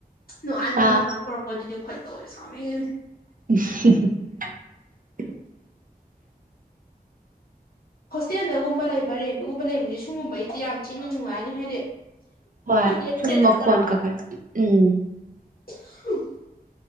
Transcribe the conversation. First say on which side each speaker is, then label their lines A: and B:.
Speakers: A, on the left; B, on the right.
A: ꯅꯨꯡꯉꯥꯏ ꯇꯨꯡꯗꯔ
B: ꯑꯥ
A: ꯀꯥꯟ ꯀꯧꯔꯛꯄ ꯖꯤꯗꯤ ꯈꯣꯏꯗꯧ ꯇꯧꯔꯦ ꯁꯣꯅꯤꯡꯉꯤꯅꯦ
B: <unintelligible>
A: ꯍꯣꯁꯇꯦꯜꯗꯒꯨꯝꯕ ꯂꯩꯕ ꯔꯦꯟꯠꯒꯨꯝꯕ ꯂꯩꯕꯗꯤ ꯁꯨꯡꯒꯨꯝꯕꯩ ꯗꯤ ꯌꯥꯝ ꯊꯤꯅ ꯅꯨꯡꯉꯥꯏꯅꯤ ꯍꯥꯏꯗꯤ
B: ꯍꯣꯏ
A: ꯌꯦꯠꯇ꯭ꯔꯦꯗꯅ
B: ꯁꯨꯝ ꯃꯈꯣꯟ
A: ꯀꯅꯥꯝꯇ
B: ꯀꯀꯩ ꯎꯝ
A: <unintelligible>